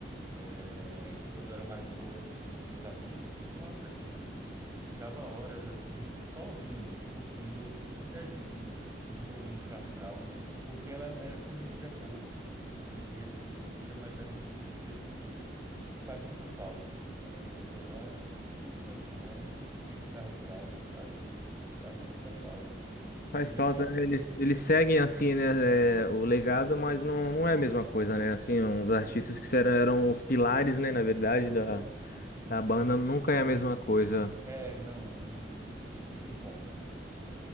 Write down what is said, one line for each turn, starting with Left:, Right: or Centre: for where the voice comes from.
Right: É que quando eu era mais novo, assim, com os meus amigos, nossa, a gente ficava horas, assim, só ouvindo e curtindo entre a gente mesmo, assim, ouvindo Charlie Brown, porque ela era essa energia boa, essa energia de rebeldia, mas era uma energia divertida. E faz muita falta. É, o Chorão e o Champignon e o Charlie Brown, eles fazem, fazem muita falta. Se
Left: Faz falta,
Right: a-
Left: né? Eles, eles seguem assim, né, é, o legado, mas não, não é a mesma coisa, né? Assim, os artistas que eram, eram os pilares, né, na verdade, da, da banda, nunca é a mesma coisa.
Right: É, não, não, não tem como.